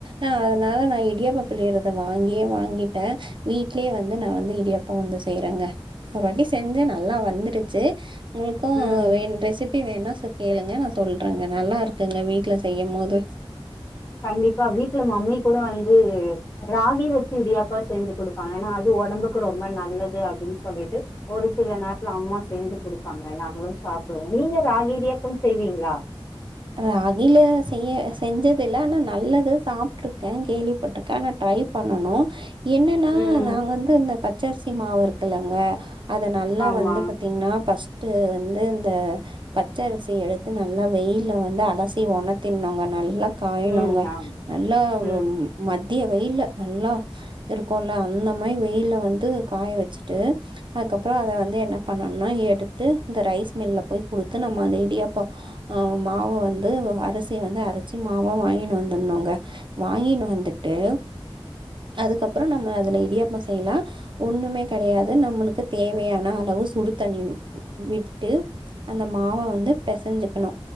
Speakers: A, on the right; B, on the left.
A: அ அதுனால நா இடியாப்ப பிளியறத வாங்கியே வாங்கிட்டே வீட்லே வந்து நா வந்து இடியாப்போ வந்து செய்றேங்க ஒரு வாட்டி செஞ்சு நல்லா வந்துருச்சு உங்குள்க்கு
B: ம்
A: வே ரெசிபி வேணா கேளுங்க நா சொல்றேங்க நல்லா இருக்குங்க வீட்ல செய்யு போது
B: கண்டிப்பா வீட்டுல மம்மி கூட வந்து ராகி வச்சு இடியாப்பா செஞ்சு குடுப்பாங்க ஏனா அது ஒடம்புக்கு ரொம்ப நல்லது அப்டின் சொல்லிட்டு ஒரு சில நேர்த்ல அம்மா செஞ்சு குடுப்பாங்க நாங்களு சாப்டுவோ நீங்க ராகி இடியாப்பம் செய்வீங்ளா
A: ராகில செய்ய செஞ்சதுல்ல ஆனா நல்லது சாப்ட்ருக்கே கேளி பட்டுருக் ஆனா ட்ரை பண்ணனு என்னன்னா
B: ம்
A: நாங்க வந்து இந்த பச்சரிசி மாவு இருக்குலங்க அத நல்லா
B: ஆமா
A: வந்து பாத்திங்கன்னா ஃபஸ்ட்டு வந்து இந்த பச்சரிசி எடுத்து நல் நல்லா வெயில்ல வந்து அலசி ஒணத்தின்னுங்க நல்லா காயனுங்க
B: ம் ஆ
A: நல்லா
B: ம்
A: மத்திய வெயில்ல நல்லா இருக்குல அந்த மாதி வெயில்ல வந்து காய வச்சுட்டு அதுக்கப்பறோ அத வந்து என்ன பண்ணனுனா எடுத்து இந்த ரைஸ் மில்ல போய் குடுத்து நம்ம அந்த இடியாப்ப ஆ மாவ வந்து அரிசிய வந்து அரச்சு மாவா வாங்கின்னு வந்துர்னுங்க வாங்கின்னு வந்துட்டு அதுக்கப்பறோ நாம்ம அதுல இடியாப்போ செய்லா ஒன்னுமே கெடையாது நம்மளுக்கு தேவையான அளவு சுடு தண்ணி விட்டு அந்த மாவ வந்து பெசஞ்சிக்கணு